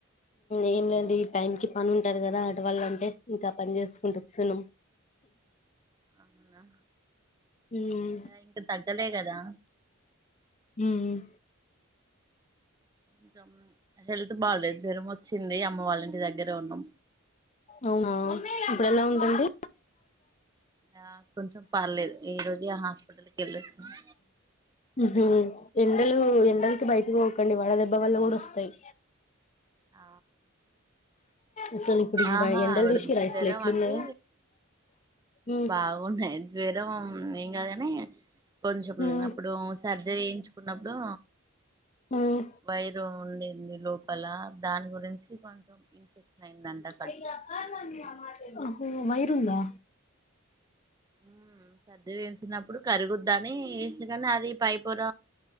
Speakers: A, on the left (about 35°); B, on the right (about 20°).
A: ఏం లేదు ఈ టైం కి పని ఉంటారు కదా ఆటువాళ్ళ అంటే ఇంకా పని చేసుకుంటూ కూసోనమ్
B: అవునా
A: మ్మ్,
B: ఇంక తగ్గలే కదా
A: ఉమ్
B: ఇంకా ఉమ్ హెల్త్ బాలేదు జ్వరం వచ్చింది అమ్మ వాళ్ళ ఇంటి దగ్గరే ఉన్నాం
A: అవునా ఇప్పుడు ఎలా ఉందండి
B: ఆ కొంచెం పర్లేదు ఈ రోజు ఆ హాస్పిటల్కి వెళ్లొచ్చాం
A: ఉమ్మ్ హు ఎండలు ఎండలకి బయటకి పోకండి వడ దెబ్బ వల్ల కూడా వస్తాయి
B: ఆ
A: అసలు ఇప్పుడు ఈ
B: ఆహా
A: ఎండలు
B: ఆవిడ
A: చూసిరా
B: జ్వరం
A: ఎట్లున్నాయో
B: అంటే
A: మ్మ్,
B: బాగున్నాయి జ్వరం ఇంకా దనే కొంచం
A: మ్మ్,
B: అప్పుడు సర్ జ వయించుకున్నప్పుడు
A: మ్మ్.
B: వైరు ఉండింది లోపల దాని గురించి కొంచెం ఇన్ఫెక్షన్
A: <unintelligible>
B: అయిందంట కడుపులో
A: <unintelligible>
B: ఉ సర్ది చెంచినప్పుడు కరిగుద్ద అని వేస్తే కాని అది పై పొర